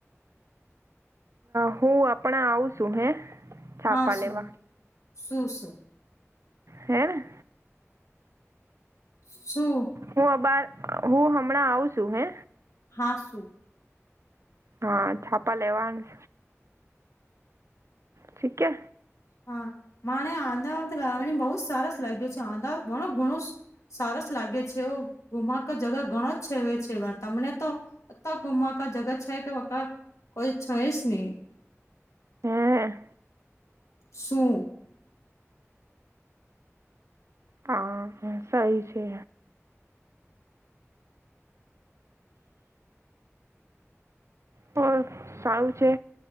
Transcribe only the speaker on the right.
હ હું આપણા આવું છું હે છાપા
લેવા
હે
હું અબાર હું હમણાં આવુ છું હે
હા છાપા લેવાનું ઠીક હે
હમ્મ.
હા સહી છે. હોર સારું છે.